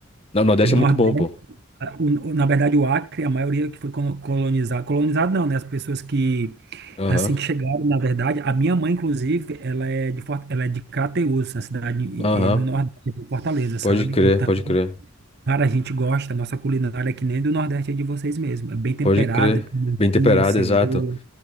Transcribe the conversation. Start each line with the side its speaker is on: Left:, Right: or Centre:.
Left: No Nordeste
Right: O Nordeste
Left: é muito bom, pô.
Right: Ah, o- o- Na verdade, o Acre, a maioria que foi colo- colonizado, colonizado não, né? As pessoas que,
Left: Aham,
Right: assim que chegaram, na verdade, a minha mãe, inclusive, ela é de, Fort- ela é de Crateús, na cidade
Left: aham.
Right: eh, no Nordeste de Fortaleza, sabe?
Left: Pode crer,
Right: Então,
Left: pode crer.
Right: cara, a gente gosta, a nossa culinária é que nem do Nordeste é de vocês mesmo. É bem temperada,
Left: Pode crer.
Right: pimentinha,
Left: Bem temperado,
Right: cebola,
Left: exato.